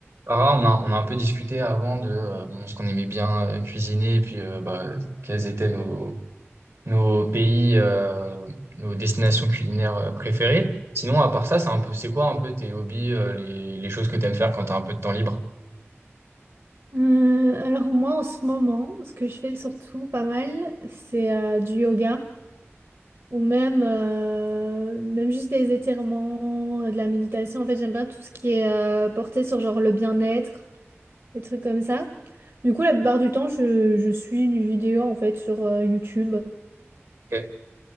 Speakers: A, on the right (about 75°); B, on the right (about 60°).
A: Ah, on a, on a un peu discuté avant de euh, bon, ce qu'on aimait bien euh, cuisiner et puis euh, bah, quels étaient nos, nos pays, euh, nos destinations culinaires euh, préférées. Sinon, à part ça, c'est un peu, c'est quoi un peu tes hobbies, euh, les, les choses que tu aimes faire quand tu as un peu de temps libre?
B: Euh, alors moi en ce moment, ce que je fais surtout pas mal, c'est euh, du yoga ou même, euh, même juste des étirements, euh, de la méditation. En fait, j'aime bien tout ce qui est euh, porté sur genre le bien-être, des trucs comme ça. Du coup, la plupart du temps, je, je suis une vidéo en fait sur euh, YouTube.
A: Ok,